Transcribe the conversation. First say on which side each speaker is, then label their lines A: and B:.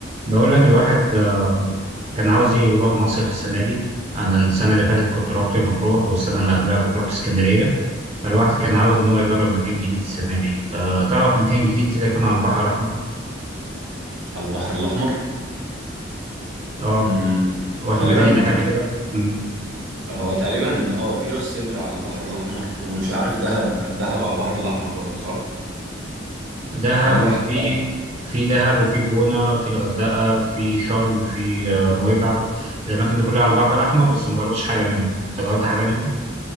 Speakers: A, on the right; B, on the right.
A: بقول لك الواحد آه، كان عاوز يروح مصيف السنة دي أنا السنة اللي فاتت كنت رحت مطروح والسنة اللي قبلها كنت رحت اسكندرية فالواحد كان عاوز إن هو يجرب مكان جديد السنة دي أه تعرف مكان جديد كده يكون على البحر الأحمر
B: على البحر الأحمر
A: أه
B: مم.
A: رحت
B: غالبا
A: مكان هناك قبل كده مم.
B: هو تقريبا اه في راس سدر على البحر الأحمر ومش عارف دهب دهب على البحر الأحمر برضه صح؟
A: دهب
B: وأنا رحت
A: وفي
B: دهب
A: في دهب وفي جونة في الغردقة في شرم في آه، نويبع الأماكن دي كلها على البحر الأحمر بس ما جربتش حاجة منهم أنت جربت حاجة منهم؟